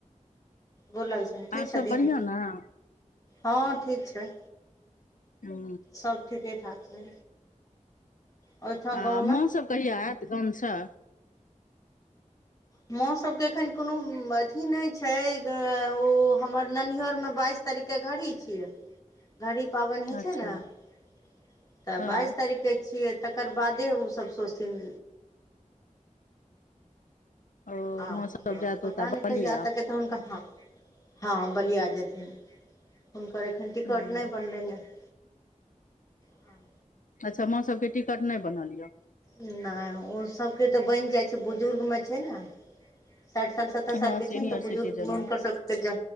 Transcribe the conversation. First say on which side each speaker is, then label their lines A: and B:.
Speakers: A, on the left (about 30°); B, on the left (about 85°).
A: गोर लागै छै ठीक
B: आर
A: छथिन
B: सब बढ़िऑं नऽ
A: हँ ठीक छै
B: हू
A: सब ठीके ठाक छै ओहिठाम
B: आ
A: गाँवमे
B: माँ सब कहिया आयत गामसँ
A: माँ सबके एखन कोनो अथी नहि छै ओ हमर ननिहरमे बाइस तारीख घड़ी छिये घड़ी पाबैन होइ
B: अच्छा
A: छै न त
B: हँ
A: बाइस तारिक छियै तकर बादे ओसभ शौचिथिन
B: ओ
A: आब
B: माँ सब जायत
A: पता
B: ओतऽ
A: नहि
B: बलिया
A: कैहिया एतेक हुनका फताहै नऽ हँ बलििया जेथिन हुनकर एखन टिकट
B: ह
A: नहि बनलनि हँ आँ
B: अच्छा माँ सबके टिकट नहि बनल यऽ
A: नहि ओ सबके तऽ बनि जाइ छै बुजुर्ग में छै ने साठि साल स तर साल
B: हँ
A: के
B: सीनियर
A: छै ने त बुजुर्गुनक
B: सिटीजन
A: सब तऽ